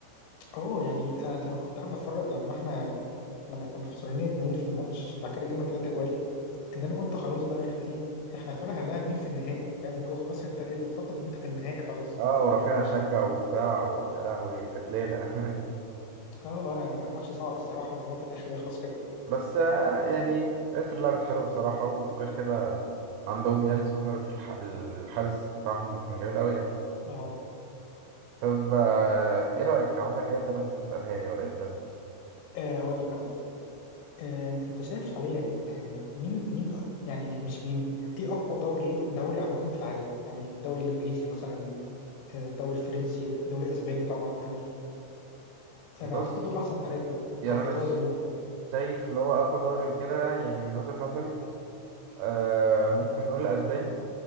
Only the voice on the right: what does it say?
أه ورافينيا شجع وبتاع ويا لهوي كانت ليلة <laughs>
بس آه، يعني انتر لعبت حلو بصراحة وغير كده عندهم يان سومر الح- الحارس بتاعهم كان جامد قوي يعني
طب آه، ايه رأيك عندك ايه أسئلة ممكن تسألها لي ولا ايه الدنيا
بص
يعني
انا
ش-
شايف اللي هو اقوى دوري وكده يعني من وجهة نظري آه ممكن نقول الاسباني